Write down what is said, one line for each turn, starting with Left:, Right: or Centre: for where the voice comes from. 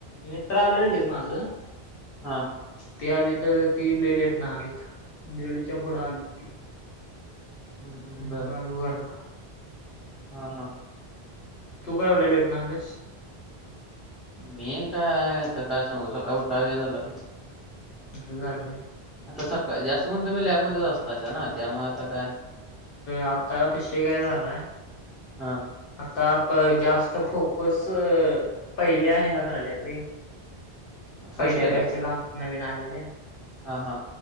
Left: मित्र आलं लगेच माझं.
Centre: हा!
Left: ती आलीत ती लई लेटणं आलीत दिडच्या फूडं आलीत ती.
Centre: हं, हं.
Left: मग आलो घरला.
Centre: हा हा.
Left: तू का एवढ्या लेटण आलस?
Centre: मी काय आता काय सांगू सकाळ उठाय वेळ झालं रे!
Left: असं झाल होय!
Centre: आता सकाळ, जास्त म्हणून तुम्ही लॅबमध्ये असता असा ना त्यामुळे आता काय
Left: आत्ता विषय काय झालाय
Centre: हा!
Left: आता जास्त फोकस पहिल्या ह्याला करायल्यात रे.
Centre: फर्स्ट
Left: पहिल्या बॅचला नवीन आलेल्या
Centre: हा हा!